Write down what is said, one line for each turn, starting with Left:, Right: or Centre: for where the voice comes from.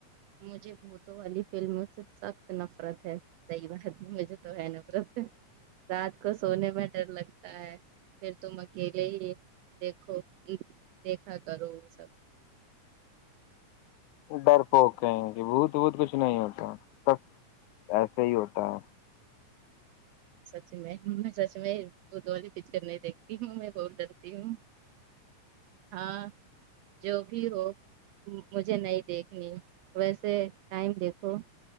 Right: مجھے بت تو والی فلموں سے سخت نفرت ہے صحیح بات نہیں مجھے تو ہے نفرت ہے رات کو سونے میں ڈر لگتا ہے پھر تم اکیلے ہی دیکھو دیکھا کرو وہ سب
Left: ڈر پو کہیں کہ بھوت بھت کچھ نہیں ہوتا سب ایسے ہی ہوتا ہے
Right: سچ میں میں سچ میں بت والی پکچر نہیں دیکھتی ہوں میں بہت ڈرتی ہوں ہاں جو بھی ہو مجھے نہیں دیکھنی ویسے ٹائم دیکھو